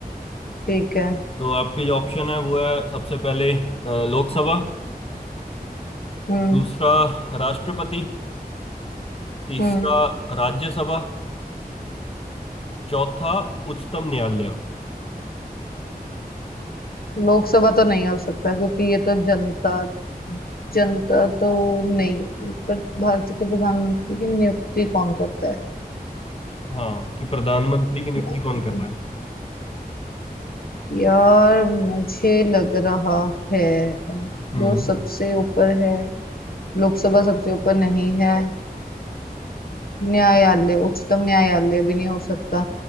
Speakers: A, on the left; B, on the left.
A: ठीक है
B: तो आपके जो ऑप्शन है वो है सबसे पहले अ, लोकसभा
A: हम्म
B: दूसरा राष्ट्रपति तीसरा
A: हम्म
B: राज्यसभा चौथा उच्चतम न्यायालय
A: लोकसभा तो नहीं हो सकता क्योंकि ये तो जनता जनता तो नहीं पर भारत के प्रधानमंत्री की नियुक्ति कौन करता
B: हाँ कि प्रधानमंत्री की नियुक्ति
A: है
B: कौन कर रहा है
A: यार मुझे लग रहा है
B: हम्म
A: जो सबसे ऊपर है लोकसभा सबसे ऊपर नहीं है न्यायालय उच्चतम न्यायालय भी नहीं हो सकता